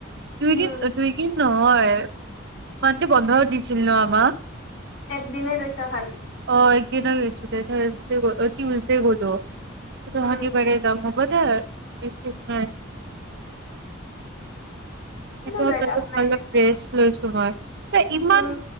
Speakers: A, on the right (about 55°); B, on the left (about 65°).
A: দুইদিন,
B: উম।
A: দুইদিন ন'? হয় ইমানটো বন্ধও দিছিল ন' আমাক।
B: এক দিনে গৈছা খালি।
A: অ', একদিনে গৈইছিলোঁ থাৰ্ছডে গ টিউজডে গলোঁ। শনিবাৰে
B: উম,
A: যাম হ'ব? <unintelligible>
B: কিন্তু
A: সেইটো সপ্তাহটোত
B: যাই লাভ নাই
A: মই অলপ
B: দে
A: ৰেষ্ট লৈছোঁ। <unintelligible> এ ইমান
B: যোন